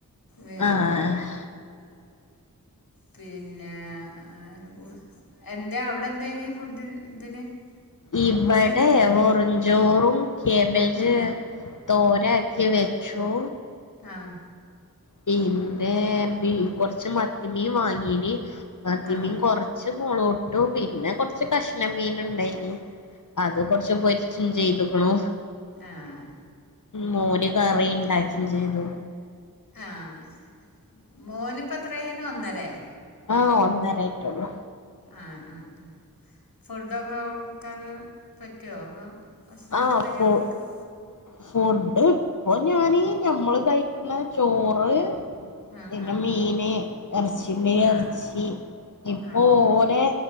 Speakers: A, on the left (about 90°); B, on the left (about 60°).
A: വരും
B: ആഹ്
A: പിന്നെ അങ്ങനെ പോണ് എന്താ അവിടെന്തേന് ഫുഡ് ഇതിന്
B: ഇവിടെ
A: ഭക്ഷണത്തിന് എന്താ
B: വെറുംചോറും കേബേജ്
A: ഉം
B: തോരാക്കി വെച്ചു
A: ആഹ്
B: പിന്നെ കൊറച്ച് മത്തിമീൻ വാങ്ങീന് മത്തിമീൻ
A: ആഹ്
B: കൊറച്ച് കുറച്ച് മുളോട്ടു പിന്നെ കൊറച്ച് കഷ്ണം മീനിണ്ടായിന് അത് കുറച്ച് പൊരിച്ച് ചെയ്തുക്ക്ണു
A: ആഹ്
B: മോര് കറി ഇണ്ടാക്കിം
A: ശരി
B: ചെയ്തു
A: ആഹ് മോനിപ്പെത്രയായിന്നു പറഞ്ഞെ ഒന്നരയെ
B: ആഹ് ഒന്നരായിട്ടുള്ളു
A: ആഹ് ആഹ് ആഹ് ഫുഡൊക്കെ കൊടുക്കല് പറ്റുവോ അതോ ഭക്ഷണമൊക്കെ
B: ആഹ്
A: എന്തൊക്കെയാ
B: ഫു
A: കൊടുക്കുക
B: ഫുഡ്ഡ് അപ്പൊ ഞാനീ ഞമ്മള് കയിക്കുന്ന ചോറ്
A: ആ
B: പിന്നെ
A: ആ
B: മീന് ഇറച്ചിണ്ടെങ്കിൽ
A: ആ
B: എറച്ചി ഇപ്പൊ
A: ആ
B: ഓലെ